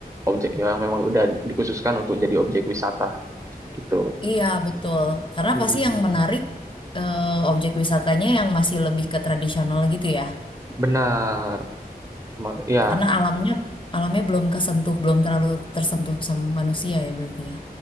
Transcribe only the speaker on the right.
Objek yang memang udah dikhususkan untuk jadi objek wisata gitu.
Mm-mm.
Benar. Ma- Ya,